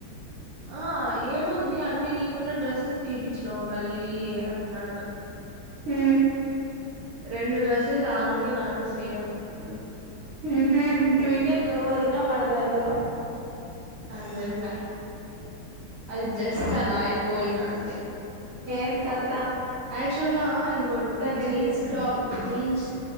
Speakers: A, on the right; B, on the right.
A: ఆ ఏముంది అన్ని నీకున్న డ్రెస్సెస్ తీపిచ్చినవు మళ్ళీ అన్నాడు.
B: హ్
A: రెండు డ్రెస్సెస్ ఆమెకి నాకు సేము ఇప్పుడు
B: ఉహ్ ట్వినింగ్ వదిన మరదళ్ళు
A: అదెం లే అది జస్ట్ అలా అయిపోయింది. అంతే
B: న్నీ కాద్
A: యాక్చువల్ గా ఇంకోటి
B: మీది
A: జీన్స్ టాప్ జీన్స్